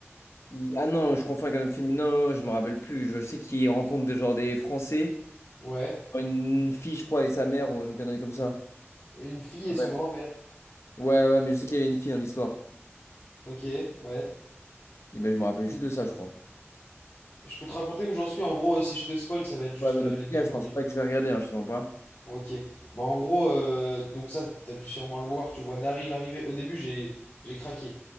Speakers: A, on the left (about 75°); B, on the left (about 55°).
A: Il- Ah non, je confonds avec un autre film. Non, je me rappelle plus. Je sais qu'il rencontre des, genre, des Français.
B: Ouais.
A: Une fille, je crois, et sa mère, ou une connerie comme ça.
B: Et Une fille et
A: Ouais,
B: son grand-père.
A: ouais, ouais, mais je sais qu'il y avait une fille dans l'histoire.
B: Ok, ouais.
A: Et ben, je me rappelle juste de ça, je crois.
B: Je peux te raconter où j'en suis. En gros, euh, si je te spoil, ça va être juste
A: Ouais, mais
B: euh,
A: dans tout
B: les deux
A: cas,
B: premiers.
A: je pense pas que je vais regarder, hein, je te mens pas.
B: Ok. Bah en gros, euh, donc ça, t'as dû sûrement le voir. Tu vois Daryl arriver. Au début, j'ai j'ai craqué.